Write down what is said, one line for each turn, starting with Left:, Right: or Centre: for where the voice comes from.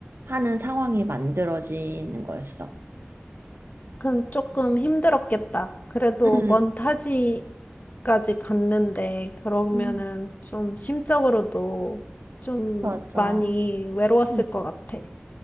Right: 하는 상황이 만들어지는 거였어.
Left: 그건 쪼 힘들었겠다. 그래도
Right: 응,
Left: 먼 타지까지 갔는데 그러면은
Right: 음,
Left: 좀 심적으로도 좀
Right: 맞아.
Left: 많이 외로웠을
Right: 음,
Left: 것 같아.